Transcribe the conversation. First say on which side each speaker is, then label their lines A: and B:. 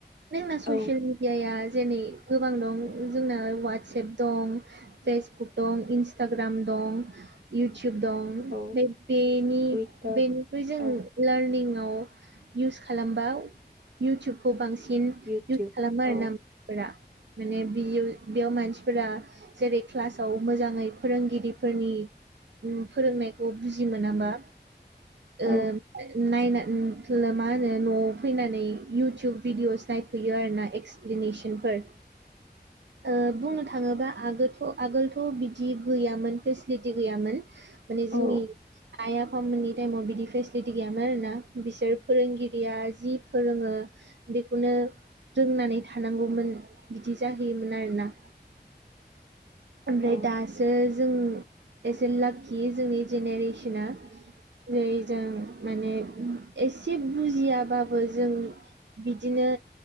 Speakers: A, on the right (about 80°); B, on the right (about 65°).
A: <unintelligible> ससियेल
B: औ
A: मिडियाया जेरै गोबां दं जोंना ववाटसएप दं पेसबुक दं इनस्टाग्राम दं इउटुइब दं
B: औ
A: <unintelligible> बेनि
B: टुइटार
A: बेन ख्रुय जों
B: औ
A: लार्निंआव इउस खालामबा इउटुइबखौ बांसिन
B: इउटुब
A: इउस खालामो आरोना।
B: औ
A: फोरा माने बियो बेयाव मानसिफोरा जेरै क्लास खौ मोजाङै फोरोंगिरिफोरनि उम फोरोंनायखौ बुजि मोनाबा ओ
B: औ
A: ओ नायना <unintelligible> मा होनो न'आव फैनानै इउटुइब भिडिय'स नायफैयो आरोना एक्स प्लिनेसनफोर ओ बुंनो थाङोबा आगोथ' आगोलथ' बिदि गैयामोन फेसलिटि गैयामोन माने जोंनि
B: औ
A: आइ आफामोननि टाइमाव बिदि फेसलिटि गैयामोन आरोना बिसोर फोरोंगिरिया जि फोरोङो बेखौनो रोंनानै थानांगौमोन बिदि जाहैयोमोन आरोना। ओमफ्राय
B: औ
A: दासो जों एसे लाकि जोंनि जेनेरेसना। जै जों माने एसे बुजियाबाबो जोंनि बिदिनो